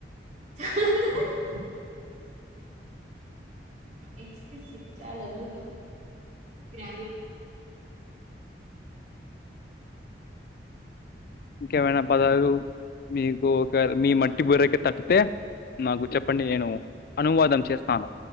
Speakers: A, on the right; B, on the left.
A: చాల ఎక్క్సివ్ చాలా అద్భుతం గ్రావి
B: ఇంకేమైనా పదాలు మీకు ఒక మీ మట్టి బురకి తట్తే నాకు చెప్పండి నేను అనువాదం చేస్తాను